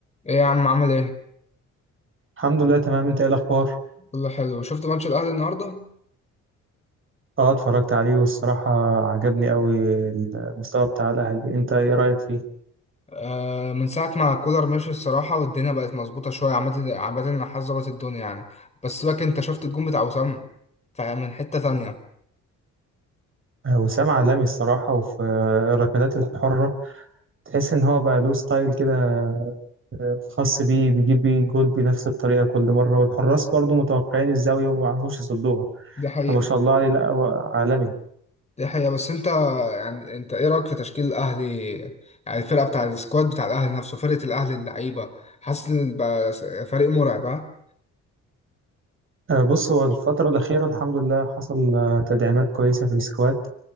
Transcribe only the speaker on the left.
ايه يا عم عامل ايه؟
كله حلو شفت ماتش الاهلي النهارده؟
آه من ساعة ما كولر مشي الصراحة والدنيا بقت مظبوطة شوية عامة عامة النحاس ظبط الدنيا يعني بس سيبك انت شفت الجون بتاع وسام فاهم من حتة تانية
دي حقيقة
دي حقيقة بس انت يعني انت ايه رأيك في تشكيل الاهلي يعني الفرقة بتاع السكواد بتاع الاهلي نفسه فرقة الاهلي اللعيبة حاسس ان بقى فريق مرعب ها؟